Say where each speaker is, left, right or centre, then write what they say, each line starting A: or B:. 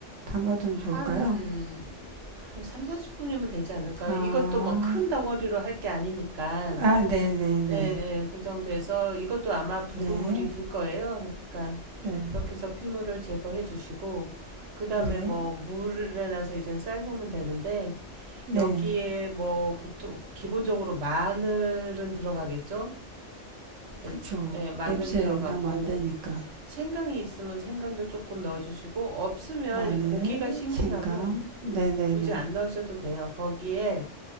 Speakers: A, on the right; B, on the right.
A: 담가두면 좋을까요?
B: 한, 한 3, 40분이면 되지 않을까요?
A: 아,
B: 이것도 뭐 큰 덩어리로 할 게 아니니까.
A: 아, 네네네.
B: 네, 네, 그 정도에서 이것도 아마 붉은
A: 네, 네,
B: 물이 들 거예요. 그러니까
A: 네,
B: 그렇게
A: 네.
B: 해서 피물을 제거해 주시고 그 다음에
A: 네,
B: 뭐 물에 나서 이제 삶으면 되는데
A: 네.
B: 여기에 뭐 보통 기본적으로 마늘은 들어가겠죠? 예,
A: 그쵸.
B: 예, 마늘
A: 냄새
B: 들어가고
A: 나면 안 되니까.
B: 생강이 있으면 생강도 조금 넣어주시고 없으면
A: 마늘,
B: 고기가 싱싱하면
A: 생강, 네네네.
B: 굳이 안 넣으셔도 돼요. 거기에